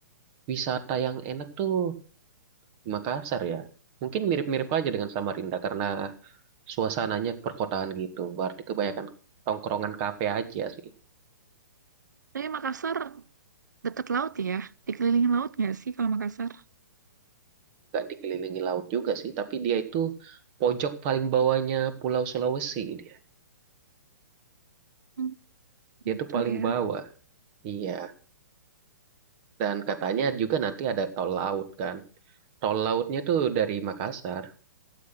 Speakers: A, on the right; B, on the right.
A: wisata yang enak tuh di Makassar ya. Mungkin mirip-mirip aja dengan Samarinda karena suasananya perkotaan gitu. Berarti kebanyakan tongkrongan kafe aja sih.
B: Tapi Makassar dekat laut ya? Dikelilingi laut nggak sih kalau Makassar?
A: Gak dikelilingi laut juga sih, tapi dia itu pojok paling bawahnya Pulau Sulawesi dia.
B: Hmm,
A: Dia
B: gitu
A: tuh paling
B: ya.
A: bawah. Iya. Dan katanya juga nanti ada tol laut kan. Tol lautnya tuh dari Makassar.